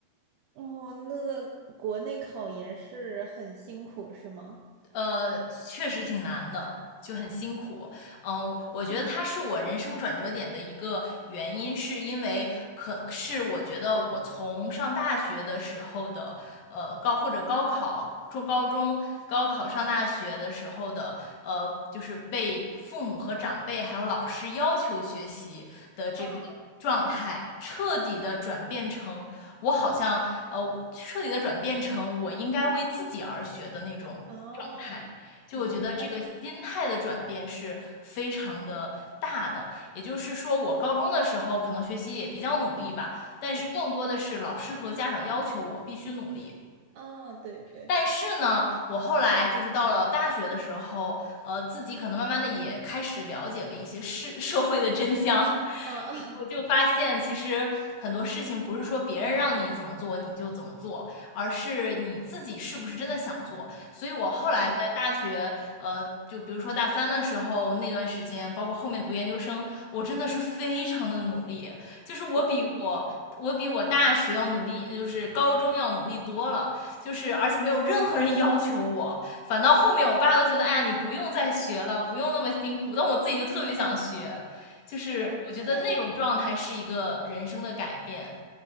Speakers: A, on the right; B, on the left.
A: 哦，那个国内考研是很辛苦，是吗？
B: 呃，确实挺难的，就很辛苦。嗯、呃我觉得它是我人生转折点的一个原因，
A: 嗯，
B: 是因为可是我觉得我从上大学的时候的呃高或者高考、中高中、高考上大学的时候的呃，就是被父母和长辈还有老师要求学习的这个状态，
A: 嗯
B: 彻底的转变成我好像呃彻底的转变成我应该为自己而学的那种
A: 哦，
B: 态就我觉得这个心态的转变是非常的大的，
A: 明白。
B: 也就是说，我高中的时候可能学习也比较努力吧，但是更多的是老师和家长要求我必须努力，
A: 嗯，哦，对对，
B: 但是呢，我后来就是到了大学的时候，呃，自己可能慢慢的也开始了解了一些事，<laughs> 社会的真相，然后就发现其实很多事情不是说别人让你怎么做你就怎么做，
A: 啊，<laughs>
B: 而是你自己是不是真的想做。所以我后来在大学，
A: 嗯，
B: 呃，就比如说大三的时候那段时间，包括后面读研究生，我真的是非常的努力，就是我比我我比我大学要努力，
A: 我，
B: 就是高中要努力多了。就是而且没有任何人要求我，反倒后面我爸都觉得，哎呀，你不用再学了，不用那么辛苦，但我自己就特别想学，就是我觉得那种状态是一个人生的改变，
A: 哇塞，